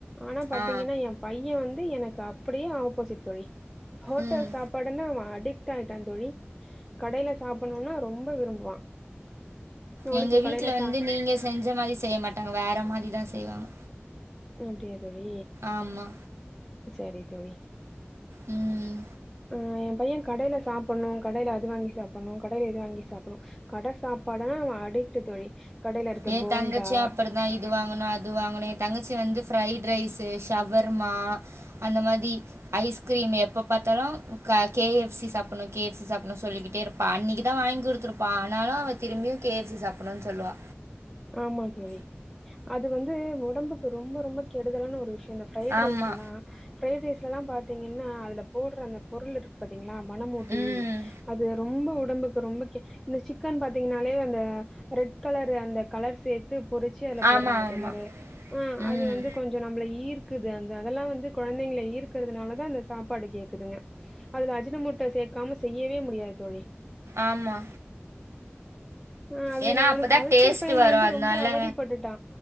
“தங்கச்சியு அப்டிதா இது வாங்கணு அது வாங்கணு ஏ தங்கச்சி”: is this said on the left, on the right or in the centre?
Right